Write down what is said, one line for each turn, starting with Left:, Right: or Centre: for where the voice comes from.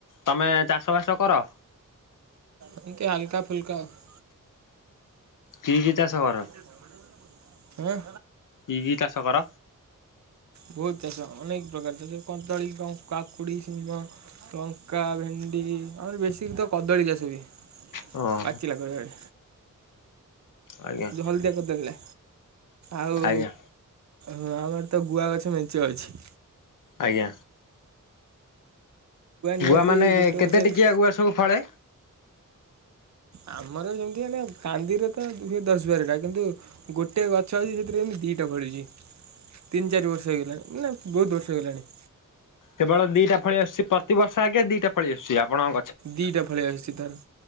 Left: ତମେ ଚାଷବାସ କର?
Right: ଏମିତି ହାଲକା ଫୁଲକା ଆଉ।
Left: କି କି ଚାଷ କର?
Right: ଆଁ?
Left: କି କି ଚାଷ କର?
Right: ବହୁତ ଚାଷ ଅନେକ ପ୍ରକାର ତାଥେରେ କଦଳୀ, କାକୁଡି, ସିମ ଲଙ୍କା, ଭେଣ୍ଡି, ଆମର ବେଶୀ ତ କଦଳୀ ଚାଷ ବି
Left: ଓହୋ
Right: ପାଚିଲା କଦଳୀ।
Left: ଆଜ୍ଞା
Right: ଯୋଉ ହଳଦିଆ କଦ ରହିଲା ଆଉ
Left: ଆଜ୍ଞା
Right: ହଁ ଆମର ତ ଗୁଆ ଗଛ ମେଞ୍ଚେ ଅଛି।
Left: ଆଜ୍ଞା,
Right: ନିହାତି
Left: ଗୁଆ ମାନେ
Right: ଗୋଟେ
Left: କେତେ
Right: ଗଛରେ
Left: ଟିକିଆ ଗୁଆ ସବୁ ଫଳେ?
Right: ଆମର ଯେମିତି ନା କାନ୍ଦିରେ ତ ହୁଏ ଦଶ ବାରଟା କିନ୍ତୁ ଗୋଟିଏ ଗଛ ଅଛି ସେଥିରେ ଏମତି ଦୁଇଟା ଫରିଛି ତିନି ଚାରି ବର୍ଷ ହେଇଲାଣି ବହୁତ ବର୍ଷ ହେଗଲାଣି
Left: କେବଳ ଦିଟାଳଳି ଆସୁଛି ପ୍ରତି ବର୍ଷ ଆଗେ ଦିଟା ଫଳ ଆୁଛି ଆପଣ
Right: ଦିଟା ଫଳଆ ଆସୁଛି ତାର